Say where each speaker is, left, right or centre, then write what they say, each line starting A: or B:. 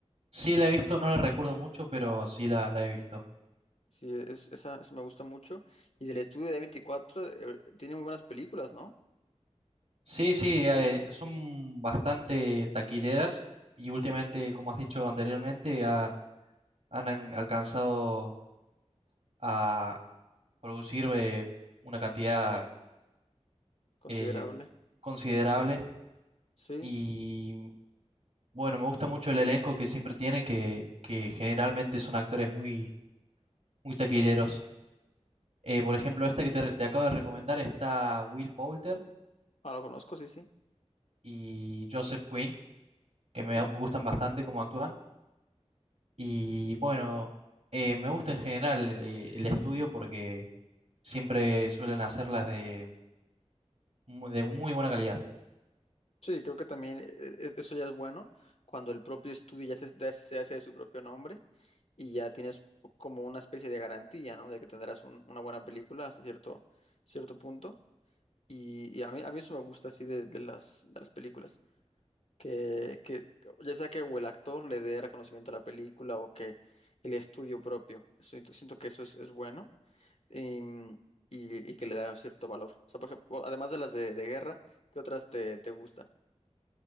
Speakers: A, on the right; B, on the left.
A: Sí, la he visto, no la recuerdo mucho, pero sí la, la he visto.
B: Sí, es, esa, esa me gusta mucho. Y del estudio de veinticuatro eh, tiene muy buenas películas, ¿no?
A: Sí, sí, eh, son bastante taquilleras y últimamente,
B: Ujú,
A: como has dicho anteriormente, han, han alcanzado a producir eh, una cantidad
B: Considerable.
A: eh, considerable.
B: Sí,
A: Y bueno, me gusta mucho el elenco que siempre tiene, que, que generalmente son actores muy, muy taquilleros. Eh, por ejemplo, esta que te, te acabo de recomendar está Will Poulter
B: ah, lo conozco, sí, sí.
A: y Joseph Quinn, que
B: Ujú.
A: me gustan bastante cómo actúan. Y bueno, eh, me gusta en general el, el estudio porque siempre suelen hacerlas de, mu- de muy buena calidad.
B: Sí, creo que también eh, eh, eso ya es bueno, cuando el propio estudio ya se, ya se hace de su propio nombre y ya tienes como una especie de garantía, ¿no? De que tendrás un- una buena película hasta cierto, cierto punto. Y, y a mí, a mí eso me gusta así de, de las, de las películas, que, que ya sea que o el actor le dé reconocimiento a la película o que el estudio propio, siento, siento que eso es, es bueno y, mm, y- y que le da un cierto valor. O sea, por ejemplo, además de las de, de guerra, ¿qué otras te, te gustan?